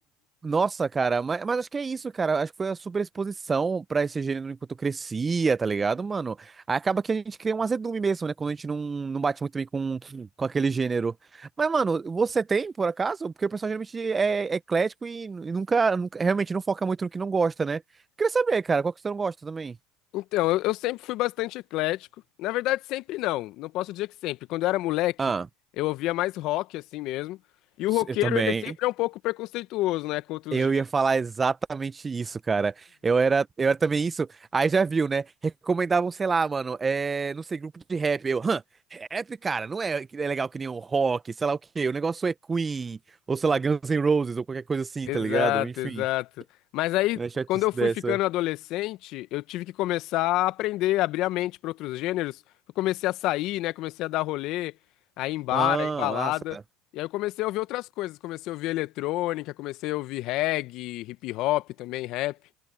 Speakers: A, on the right; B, on the left.
A: Nossa, cara, mas, mas acho que é isso, cara. Acho que foi a super exposição pra esse gênero enquanto crescia, tá ligado, mano? Aí acaba que a gente cria um azedume mesmo, né? Quando a gente não, não bate muito bem com, com aquele gênero. Mas, mano, você tem, por acaso? Porque o pessoal geralmente é é eclético e, e nunca, nunca- realmente não foca muito no que não gosta, né? Queria saber, cara, qual que você não gosta também?
B: Então, eu, eu sempre fui bastante eclético. Na verdade, sempre não. Não posso dizer que sempre. Quando eu era moleque,
A: Ah,
B: eu ouvia mais rock, assim mesmo. E o roqueiro,
A: eu também.
B: ele sempre é um pouco preconceituoso, né, com outros
A: Eu
B: gêneros.
A: ia falar exatamente isso, cara. Eu era, eu era também isso. Aí já viu, né? Recomendavam, sei lá, mano, é, não sei, grupo de rap. Eu, hã, rap, cara, não é, é legal que nem um rock, sei lá o quê. O negócio é Queen, ou sei lá, Guns N' Roses, ou qualquer coisa assim,
B: Exato,
A: tá ligado? Enfim,
B: exato. Mas aí,
A: não é chatice
B: quando eu fui
A: dessa.
B: ficando adolescente, eu tive que começar a aprender, abrir a mente para outros gêneros. Eu comecei a sair, né, comecei a dar rolê, a ir em bar,
A: Ah,
B: a ir em balada.
A: massa.
B: E aí eu comecei a ouvir outras coisas. Comecei a ouvir eletrônica, comecei a ouvir reggae, hip hop também, rap.